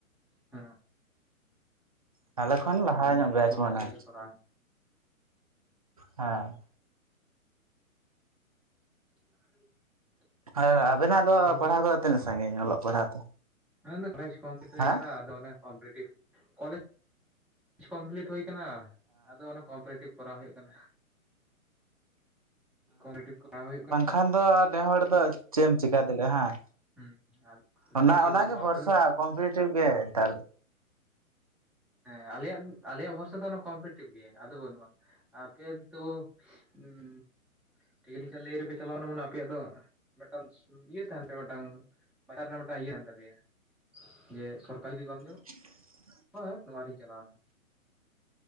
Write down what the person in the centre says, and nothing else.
ᱦᱮᱸ
ᱛᱟᱦᱚᱞᱮ
ᱯᱩᱱ
ᱵᱚᱪᱷᱚᱨ
ᱜᱮ ᱠᱚᱨᱟᱣ
<inaudible>
ᱤᱧᱡᱤᱱᱤᱭᱟᱨ
ᱢᱮᱱ ᱫᱚ ᱠᱚᱞᱮᱡᱽ ᱠᱚᱢᱯᱞᱤᱴ ᱦᱩᱭ
ᱟᱠᱟᱱᱟ ᱟᱫᱚ ᱚᱱᱮ ᱠᱚᱢᱯᱨᱤᱴᱤᱵᱷ ᱠᱚᱞᱮᱡᱽ ᱠᱚᱢᱯᱞᱤᱴ ᱦᱩᱭ ᱟᱠᱟᱱᱟ ᱟᱫᱚ ᱠᱚᱢᱯᱨᱤᱴᱤᱵᱷᱷ ᱠᱚᱨᱟᱣ ᱦᱩᱭᱩᱜ ᱠᱟᱱᱟ ᱠᱚᱢᱯᱨᱤᱴᱤᱵᱷ ᱠᱚᱨᱟᱣ ᱦᱩᱭᱩᱜ ᱠᱟᱱᱟ
ᱦᱩᱸ ᱟᱨ
ᱠᱤᱪᱷᱩ
ᱵᱟᱹᱱᱩᱜᱼᱟ ᱟᱯᱮ
ᱦᱮᱸ ᱟᱞᱮᱭᱟᱜ ᱟᱞᱮᱭᱟᱜ ᱵᱷᱚᱨᱥᱟ ᱫᱚ ᱠᱚᱢᱯᱨᱤᱴᱤᱵᱷ ᱜᱮ ᱟᱫᱚ ᱵᱟᱹᱱᱩᱜᱼᱟ ᱟᱯᱮ ᱛᱚ ᱦᱩᱸ ᱴᱮᱭᱚᱰᱤᱠᱮᱞ ᱞᱟᱹᱭᱤᱱ ᱨᱮᱯᱮ ᱪᱟᱞᱟᱣ ᱮᱱᱟ ᱢᱟᱱᱮ ᱟᱯᱮᱭᱟᱜ ᱫᱚ ᱢᱤᱫᱴᱟᱝ ᱤᱭᱟᱹ ᱛᱟᱦᱮᱱ ᱛᱟᱯᱮᱭᱟ ᱢᱤᱫᱴᱟᱝ ᱵᱟᱴᱟᱨᱮ ᱢᱤᱫᱴᱟᱝ ᱤᱭᱟᱹ ᱠᱟᱱ ᱛᱟᱯᱮᱭᱟ ᱡᱮ ᱥᱚᱨᱠᱟᱨᱤ ᱡᱩᱫᱤ ᱵᱟᱢ ᱧᱟᱢᱼᱟ
ᱵᱷᱟ. ᱴ ᱱᱚᱶᱟ ᱨᱮᱧ ᱪᱟᱞᱟᱣ ᱮᱱᱟ